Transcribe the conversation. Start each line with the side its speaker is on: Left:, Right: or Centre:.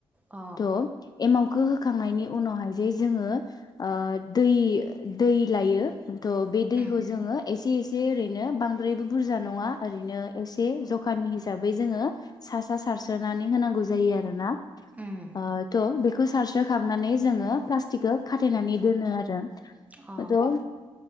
Right: अ
Left: त एमाव खौ होखांनायनि उनावहाय जे जोङो ओ दै दै लायो। थ' बे दैखौ
Right: उम
Left: जोङो एसे एसे से ओरैनो बांद्राय। बुरजा नङा ओरैनो एसे जखानि हिसाबै जोङो सा सा सारस्रोनानै होनांगौ जायो आरोना।
Right: उम
Left: ओ थ' बे खौ सारस्रोखांनानै जोङो प्लास्टिकखौ खाथेनानै दोनो आरो।
Right: अ।
Left: थ'